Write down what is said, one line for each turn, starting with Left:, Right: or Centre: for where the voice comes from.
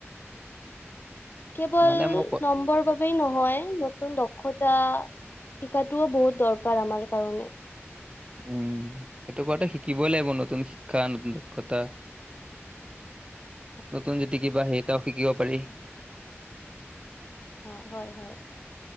Left: কেৱল
Right: মানে মই ক
Left: নম্বৰ বাবে নহয়, নতুন দক্ষতা শিকাটোও বহুত দৰকাৰ আমাৰ কাৰণে।
Right: উম, সেইটো কৰাটো শিকিবই লাগিব নতুন শিক্ষা নতুন দক্ষতা।
Left: <inaudible>
Right: নতুন যদি কিবা সেইটাও শিকিব পাৰি
Left: অ', হয় হয়।